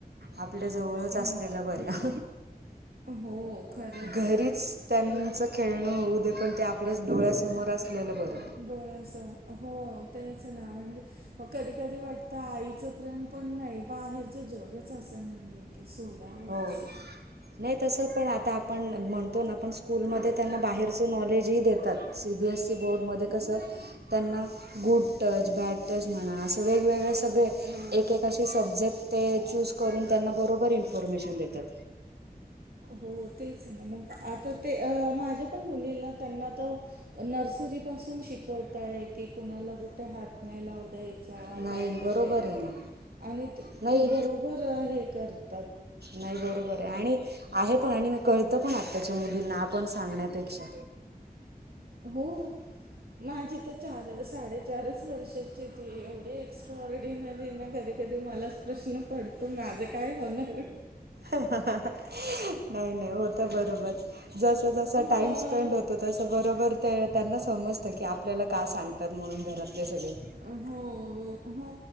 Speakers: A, on the right; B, on the right.
A: आपल्याजवळच
B: की
A: असलेलं
B: नको
A: बर्या
B: हो खरंच
A: घरीच
B: आहे
A: त्यांच
B: म्हणजे
A: खेळणं होऊ दे पण ते आप आपल्याच डोळ्यासमोर असलेलं बरं.
B: डोळ्यासं हो, तेच ना म्हणजे मग कधी-कधी वाटतं आईचं प्रेम पण नाही, बाहेरचं जगच असं नाही आहे की, सोडावा
A: हो
B: असं.
A: नाही तसं पण आता आपण म्हणतो ना आपण स्कूलमध्ये त्यांना बाहेरचं नॉलेजही देतात. सी बी एसी बोर्डमध्ये कसं
B: हो
A: त्यांना गुड टच बॅड, टच म्हणा, असं वेगवेगळे सगळे
B: हो
A: एक-एक असे सब्जेक्ट ते. चूज करून त्यांना बरोबर इन्फॉर्मेशन देतात.
B: हो तेच आहे ना, मग आता ते, माझ्या पण मुलीला त्यांना तर नर्सरी पासून शिकवताय, की कुणाला कुठे हात नाही लावता येत.
A: नाही
B: काय
A: बरोबर
B: करायचं
A: आहे ना
B: आणि
A: नाही
B: ते बरोबर हे करतात.
A: नाही बरोबर आहे. आणि आहे पण आणि म कळतं पण आत्ताच्या मुलींना आपण सांगण्यापेक्षा.
B: हो माझी चार-साडेचारच वर्षाची हाय ती एवढी एक्स्ट्रा ऑर्डिनरी ना कधी. कधी मलाच प्रश्न पडतो माझं काय होणार.
A: नाही-नाही होतं बरोबर, जसं-जसं टाईम
B: हा
A: स्पेंड होत. तो तसं बरोबर ते, त्यांना समजतं की आपल्याला का सांगतात म्हणून घरातले सगळे.
B: हो, हो